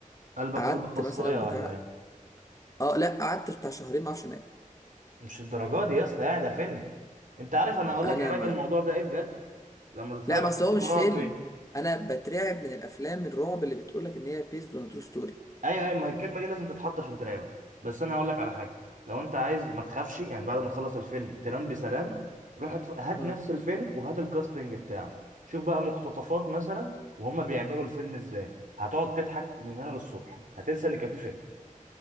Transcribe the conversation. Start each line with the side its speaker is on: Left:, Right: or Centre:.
Right: قلبك
Left: قعدت
Right: قلب خصايه
Left: مثلا
Right: ولا
Left: بتاع
Right: ايه؟
Left: اه لا قعدت بتاع شهرين ما اعرفش انام
Right: مش الدرجات دي يا اسطى يعني ده فيلم انت عارف انا هقول
Left: انا
Right: لك علاج
Left: ما
Right: الموضوع ده ايه بجد لما تتفرج
Left: لا
Right: على
Left: ما اصل هو
Right: فيلم
Left: مش
Right: رعب
Left: فيلم انا بترعب من الافلام الرعب اللي بتقولك ان هي بيزد اون ترو ستوري
Right: ايوه ايوه ما هي الكلمه دي لازم تتحط عشان ترعبك بس انا هقول لك على حاجه لو انت عايز ما تخافش يعني بعد ما تخلص الفيلم تنام بسلام روح اتف... هات
Left: امم
Right: نفس الفيلم وهات الكاستنج بتاعه شوف بقى مقتطفات مثلا وهما بيعملوا الفيلم ازاي هتقعد تضحك من هنا للصبح هتنسى ان كان في فيلم